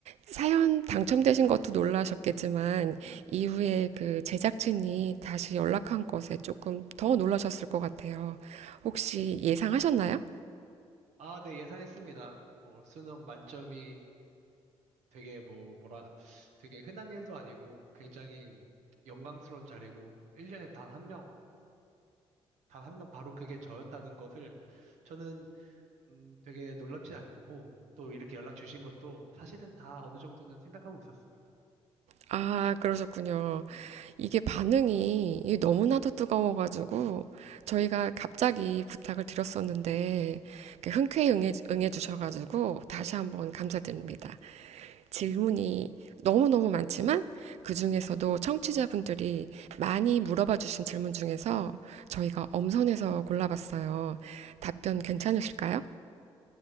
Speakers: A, on the right; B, on the right.
A: 사연 당첨되신 것도 놀라셨겠지만, 이후에 그 제작진이 다시 연락한 것에 조금 더 놀라셨을 것 같아요. 혹시 예상하셨나요?
B: 아, 네, 예상했습니다. 뭐, 수능 만점이 되게 뭐, 뭐라, 되게 흔한 일도 아니고 굉장히 영광스러운 자리고, 1년에 단 한 명, 단 한 명 바로 그게 저였다는 것을 저는, 음, 되게 놀랍지 않고, 또 이렇게 연락 주신 것도 사실은 다 어느 정도는 생각하고 있었습니다.
A: 아, 그러셨군요. 이게 반응이 이게 너무나도 뜨거워가지고, 저희가 갑자기 부탁을 드렸었는데, 이렇게 흔쾌히 응해, 응해주셔가지고, 다시 한번 감사드립니다. 질문이 너무너무 많지만 그 중에서도 청취자분들이 많이 물어봐 주신 질문 중에서 저희가 엄선해서 골라봤어요. 답변 괜찮으실까요?